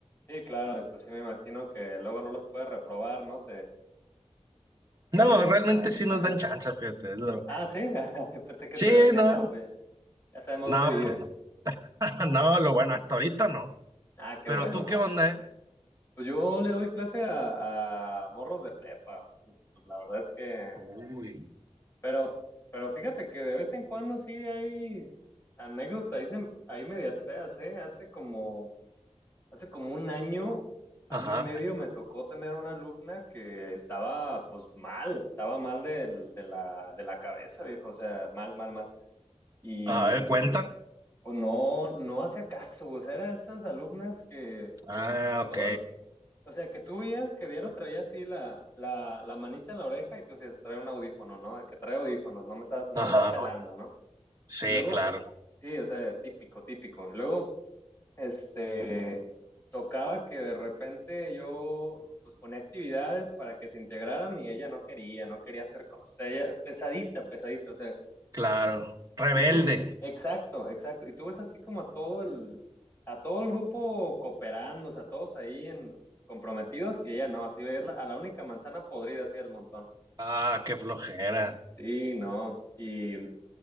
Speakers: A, on the left; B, on the right.
A: Sí, claro, y pues sí me imagino que luego no los puedes reprobar, ¿no? Te, te-
B: No, realmente
A: te-
B: sí
A: <laughs>
B: nos dan chance, fíjate. es lo-
A: Ah, sí, <laughs> yo pensé que
B: Sí,
A: te decían,
B: no,
A: no, pues ya sabemos
B: no,
A: dónde vives.
B: pues no, <laughs> No, lo bueno, hasta ahorita no.
A: Ah, qué
B: Pero
A: bueno,
B: tú,
A: no.
B: ¿qué onda, eh?
A: Pues yo le doy clase a, a morros de prepa, entonces pues la verdad es que
B: Uy.
A: Pero, pero fíjate que de vez en cuando sí hay anécdotas, ahí, se- ahí medias feas, ¿eh? Hace como, hace como un año, año
B: Ajá.
A: y medio me tocó tener una alumna que estaba pues mal, estaba mal del- de la, de la cabeza, viejo, o sea, mal, mal, mal. Y
B: A ver, cuenta.
A: pues no, no hacía caso, o sea, eran esas alumnas que
B: Ah,
A: todo,
B: ok.
A: el- o sea, que tú veías que diario traía así la, la, la manita en la oreja y tú decías, trae un audífono, ¿no? El que trae audífonos, no me está, no
B: Ajá.
A: me está pelando, ¿no?
B: Sí,
A: Y luego,
B: claro,
A: sí, o sea, típico, típico. Y luego, este, tocaba que de repente yo, pues ponía actividades para que se integraran y ella no quería, no quería hacer cosas. Ella, pesadita, pesadita, o sea,
B: claro. Rebelde.
A: y tú, exacto, exacto. Y tú ves así como a todo el, a todo el grupo cooperando, o sea, todos ahí en, comprometidos y ella no, así verla a la única manzana podrida así del montón.
B: Ah, qué flojera.
A: Sí, no. Y